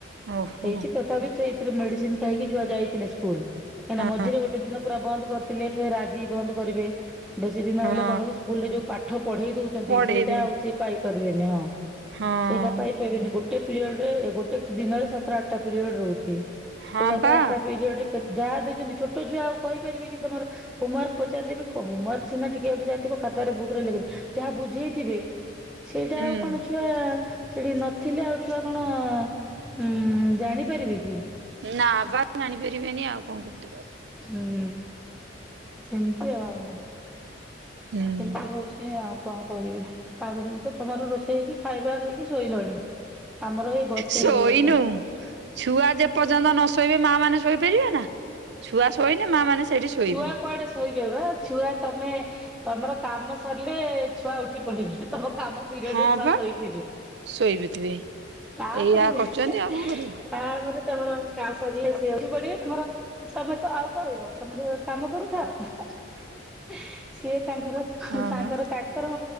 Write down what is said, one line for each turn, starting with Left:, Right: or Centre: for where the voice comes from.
Right: ଓହୋ।
Centre: ହେଇଛି ତଥାପି ସେଇଥିରେ ମେଡିସିନ ଖାଇକି ଛୁଆ ଯାଇଥିଲେ ସ୍କୁଲ କାହିଁକିନା
Right: ହଁ
Centre: ମଝିରେ ଗୋଟେ ଦିନ ପୁରା ବନ୍ଦ। କରିଥିଲେ ଫେର୍ ଆଜି ବନ୍ଦ କରିବେ। ବେଶୀ ଦିନ
Right: ହଁ
Centre: ହେଲେ କଣ କି ସ୍କୁଲ ରେ ଯୋଉ ପାଠ ପଢେଇ ଦଉଛନ୍ତି
Right: ପଢେଇବେ
Centre: ସେଇଟା ଆଉ ସିଏ ପାଇପାରିବେନି ହଁ।
Right: ହଁ
Centre: ସେଇଟା ପାଇପାରବେନି ଗୋ ଟେ ପିରିୟଡ ରେ ଗୋଟେ ଦିନରେ ସାତ ଆଠଟା ପିରିୟଡ ହୋଉଛି
Right: ହଁ
Centre: ସେ ସାତ
Right: ବା
Centre: ଆଠଟା ପିରିୟଡ ରେ କେ ଯାହା ଦେଇଛନ୍ତି ଛୋଟ ଛୁଆ ଆଉ କହିପାରିବେ କି ତମର ହୋମୱାର୍କ ପଚାରିଲେବି କହୁ ହୋମୱାର୍କ ସିନା ଟିକେ ଅଧେ ଯାହା ଥିବ ଖାତ୍ ତରେ ବୁକରେ ଲଖ ଯାହା ବୁଝେଇଥିବେ ସେଇଟା
Right: ହୁଁ
Centre: ଆଉ କଣ ଛୁଆ ସେଠି ନଥିଲେ ଆଉ ଛୁଆ କଣ? ହୁଁ ଜାଣିପାରିବେ କି।
Right: ନା ବା ଜାଣିପାରିବେନି ଆଉ କଣ କେମିତି କରିବ।
Centre: ହୁଁ ସେମିତି ଆଉ
Right: ହୁଁ।
Centre: କେମିତି ହଉଛି ଆଉ କଣ କରିବି? ଆଗ ସେମିତି ତମର ରୋଷେଇ ହେଇକି ଖାଇବା ଖାଇକି ଶୋଇଲଣି। ଆମର ଏଇ ବସେଇବୁ
Right: ଶୋଇନୁ
Centre: ଏବେ।
Right: ଛୁଆ ଯେପର୍ଯ୍ୟନ୍ତ ନ ଶୋଇବେ ମା ମାନେ ଶୋଇପାରିବେ ନା ଛୁଆ ଶୋଇଲେ ମା ମାନେ ସେଇଠି ଶୋଇବେ।
Centre: ଛୁଆ କୁଆଡେ ଶୋଇବେ ବା ଛୁଆ ତମେ ତମର କାମ ସରିଲେ ଛୁଆ ଉଠି ପଡିବେ। ତମ କାମ ପିରିୟଡ
Right: ହଁ
Centre: ରେ ଛୁଆ
Right: ବା
Centre: ଶୋଇଥିବେ।
Right: ଶୋଇପଥିବେ।
Centre: ତାପରେ
Right: ଏଇଆ
Centre: ଯେ
Right: କରୁଛନ୍ତି
Centre: ଏ
Right: ଆଉ କଣ କରିବ।
Centre: ତାପରେ ତମର କାମ ସରିଲେ ସିଏ ଉଠି ପଡିବେ ତମର ତମେତ ଆଉ କହିବ ତମର କାମ କରୁଥାଅ ସିଏ ତାଙ୍କର
Right: ହଁ
Centre: ତାଙ୍କର
Right: ବା
Centre: ତାଙ୍କର